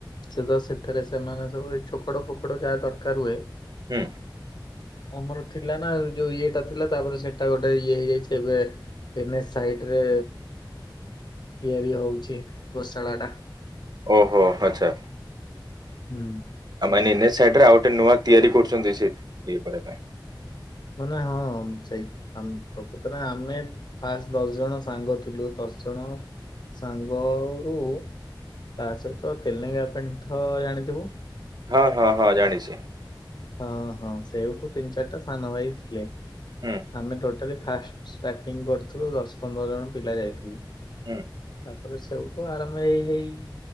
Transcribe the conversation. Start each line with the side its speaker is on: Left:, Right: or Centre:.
Left: ସେ ତ ସେଥିରେ ସେମାନେ ସବୁ ଏ ଚୋକଡ଼ ଫୋକଡ ଯାହା ଦରକାର ହୁଏ।
Right: ହୁଁ।
Left: ଆମର ଥିଲା ନା ଯୋଉ ଇଏଟା ଥିଲା ତାପରେ ସେଇଟା ଗୋଟେ ଇଏ ହେଇଯାଇଛି ଏବେ। ଏନଏଚ୍ ସାଇଡରେ ତିଆରି ହଉଛି ଗୋଶାଳା ଟା।
Right: ଓହୋ ଆଚ୍ଛା।
Left: ହୁଁ।
Right: ଆଉ ମାନେ ଏନଏଚ୍ ସାଇଡରେ ଆଉ ଗୋଟେ ନୂଆ ତିଆରି କରୁଛନ୍ତି ସେ ଇଏ କରିବା ପାଇଁ।
Left: ମ ନା ହଁ ସେଇ ପ୍ରକୃତରେ ଆମେ ଫାଷ୍ଟ ଦଶ ଜଣ ସାଙ୍ଗ ଥିଲୁ ଦଶ ଜଣ ସାଙ୍ଗରୁୁ ତା ସହିତ ତେଲେଙ୍ଗା ପେଣ୍ଠ ଜାଣିଥିବ।
Right: ହଁ ହଁ ହଁ ଜାଣିଛି।
Left: ହଁ ହଁ ସେଇଠୁ ତିନି ଚାରିଟା ସାନ ଭାଇ ଥିଲେ।
Right: ହୁଁ।
Left: ଆମେ ଟୋଟାଲି ଫାଷ୍ଟ ଷ୍ଟାଟିଂ କରିଥିଲୁ ଦଶ ପନ୍ଦର ଜଣ ପିଲା ଯାଇଥିଲୁ।
Right: ହୁଁ।
Left: ତାପରେ ସବୁଠୁ ଆରମ୍ଭ ହେଇ ହେଇ